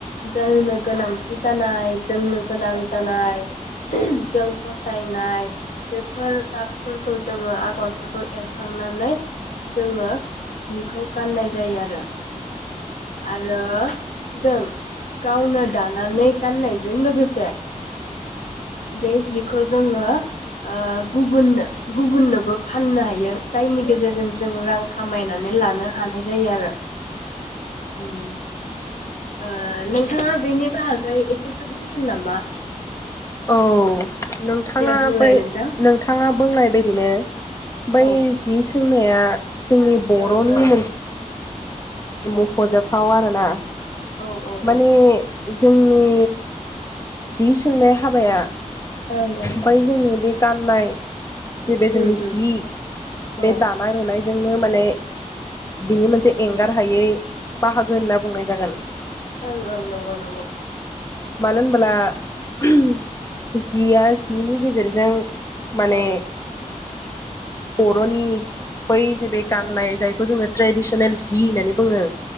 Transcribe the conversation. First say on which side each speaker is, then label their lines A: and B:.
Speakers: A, on the left (about 75°); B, on the left (about 20°).
A: जोंनो गोनांथि जानाय जोंनो गोनां जानाय जों फस साइनाय बेफोर गाब फोरखौ जोंङो आगरफोरखौ एरखांनानै जोंङो जिखौ गाननाय जायो आरो। आरो जों गावनो दानानै गाननायजों लोगोसे दाय जिब खौ‌ जोंङो ओ गुबुननो गुबुननोबो फाननो हायो जायनि गेजेरजों जों रां खामायनानै लानो हानाय जायो आरो उम ओ नोंथांङा बेनि बाहागै एसेसो बुंगोन नामा?
B: औ नों थांङा
A: दे बुंलाय
B: बै
A: नोंथां।
B: नोंथांङा मा बुंनाय बायदिनो बै
A: औ
B: जि सों हयया जोंनि बर'नि
A: ओं ओं
B: मोनस मख'जाथाव आरोना
A: औ औ
B: माने
A: औ
B: जोंनि जि सोंनाय हाबाया
A: ओं ओं
B: बै जोंनि बे गाम नाय जे बे जोंनि
A: उम उम
B: सि
A: औ
B: बे दानाय लुनाय जोंनो माने बिनि मोनसे एंगार हायै बाहागो होनना बुंनाय जागोन।
A: ओं ओं नंगौ नंगौ।
B: मानो होन ब्ला जिया जिनि गेजेरजों जों माने
A: औ
B: ब र'नि बै जे बे
A: ओं
B: गाननाय
A: ओं
B: जायखौ जोंङो ट्रेदिसनेल जि होननानै बुंङो